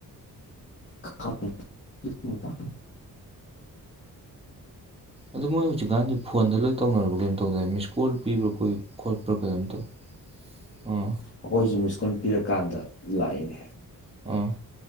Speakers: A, on the left (about 30°); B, on the right (about 15°).
A: <inaudible>
B: ꯑꯗꯣ ꯃꯣꯏ ꯍꯧꯖꯤꯛꯀꯥꯟꯗꯤ ꯐꯣꯟꯗ ꯂꯣꯏ ꯇꯧꯅꯅꯕꯔꯕꯥ ꯀꯩꯝꯅꫭꯝ ꯇꯧꯗꯥꯏꯅ° ꯃꯤꯀꫭꯟ ꯄꯤꯕ꯭ꯔꯥ ꯑꯩꯈꫭꯏꯒꯤ ꯀꯣꯠꯄꯔ ꯀꯤꯅꫭꯝ ꯇꯧꯗꯥꯏ
A: ꯑꯩꯈꯣꯏꯁꯨ ꯃꯤꯁꯀꫭꯟ ꯄꯤꯔꯀꯥꯟꯗ ꯂꯥꯛꯏꯅꯤ
B: ꯑꯥꯑ